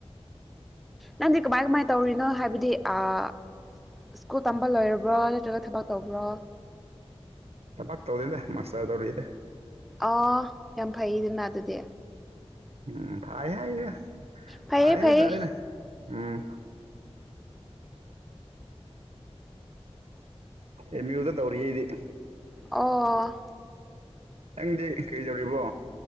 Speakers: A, in the centre; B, on the right (about 80°).
A: ꯅꯪꯗꯤ ꯀꯃꯥꯏ ꯀꯃꯥꯏ ꯇꯧꯔꯤꯅꯣ ꯍꯥꯏꯕꯗꯤ ꯑꯥ ꯁ꯭ꯀꯨꯜ ꯇꯝꯕ ꯂꯣꯏꯔꯕ꯭ꯔꯣ ꯅꯠꯇ꯭ꯔꯒ ꯊꯕꯛ ꯇꯧꯕ꯭ꯔꯣ
B: ꯊꯕꯛ ꯇꯧꯗꯦꯗ ꯃꯥꯁꯇꯔ ꯇꯧꯔꯤꯗ
A: ꯑꯣ ꯌꯥꯝ ꯐꯩꯗꯅ ꯑꯗꯨꯗꯤ
B: ꯎꯝ ꯐꯥꯏ ꯍꯥꯏꯌꯦ
A: ꯐꯩꯌꯦ
B: ꯐꯥꯏ ꯍꯥꯏꯇꯥꯔꯦꯅꯦ
A: ꯐꯩꯌꯦ
B: ꯎꯝ ꯑꯦꯝ ꯌꯨꯗ ꯇꯧꯔꯤ ꯑꯩꯗꯤ
A: ꯑꯣ
B: ꯅꯪꯗꯤ ꯀꯔꯤ ꯇꯧꯔꯤꯕꯣ